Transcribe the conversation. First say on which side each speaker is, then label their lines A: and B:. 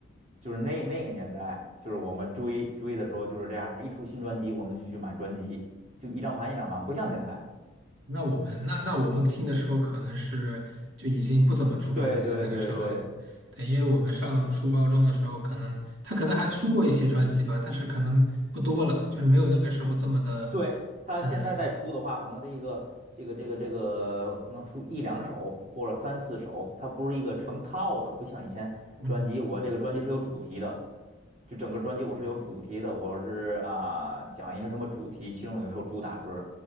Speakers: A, on the right (about 35°); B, on the right (about 65°).
A: 就是那那个年代，就是我们追追的时候就是这样，他一出新专辑我们就去买专辑，就一张盘一张盘，不像现在。
B: 那我们那那我们听的时候可能是就已经不怎么出专辑了，
A: 对对对对，
B: 那个时候，对，因为我们上初高中的时候，可能他可能还出过一些专辑吧，但是可能不多了，就是没有那个时候这么的，
A: 对，他现在再出的话，
B: 呃
A: 可能这一个这个这个这个可能出一两首或者三四首，它不是一个成套的，不像以前专辑，
B: 嗯，
A: 我这个专辑是有主题的，就整个专辑我是有主题的，我是啊、讲一个什么主题，其中有一首主打歌，